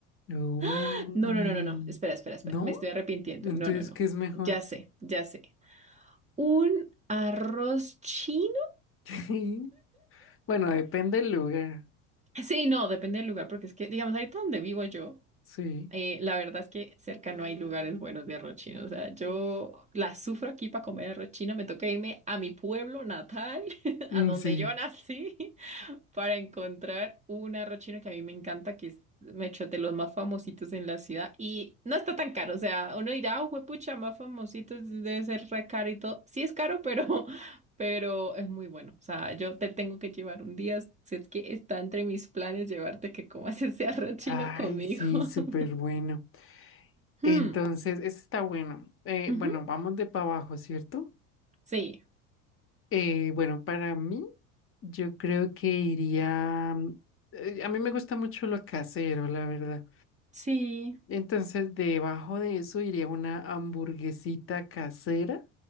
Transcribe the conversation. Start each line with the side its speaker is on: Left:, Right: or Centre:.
Left: Uy.
Right: <laughs> No, no, no, no, no. Espera, espera, espera.
Left: ¿No?
Right: Me estoy arrepintiendo.
Left: Entonces,
Right: No, no, no.
Left: ¿qué es mejor?
Right: Ya sé, ya sé. Un arroz chino.
Left: <laughs> Bueno, depende del lugar.
Right: Sí, no, depende del lugar, porque es que, digamos, ahorita donde vivo yo.
Left: Sí.
Right: Eh, la verdad es que cerca no hay lugares buenos de arroz chino. O sea, yo la sufro aquí para comer arroz chino. Me toca irme a mi pueblo natal, <laughs> a
Left: Mm,
Right: donde
Left: Sí.
Right: yo nací, <laughs> para encontrar un arroz chino que a mí me encanta, que es me echo, de los más famositos en la ciudad. Y no está tan caro. O sea, uno dirá, oh, juepucha, más famositos debe ser re caro y todo. Sí es caro, pero, <laughs> pero es muy bueno. O sea, yo te tengo que llevar un día. Si es que está entre mis planes llevarte que comas <laughs> ese arroz chino
Left: Ay,
Right: conmigo.
Left: sí, súper
Right: <laughs>
Left: bueno.
Right: Hmm.
Left: Entonces, este está bueno. Eh,
Right: Ujú,
Left: bueno, vamos de para abajo, ¿cierto?
Right: Sí,
Left: Eh, bueno, para mí, yo creo que iría. mm, eh, a mí me gusta mucho lo casero, la verdad.
Right: sí,
Left: Entonces, debajo de eso iría una hamburguesita casera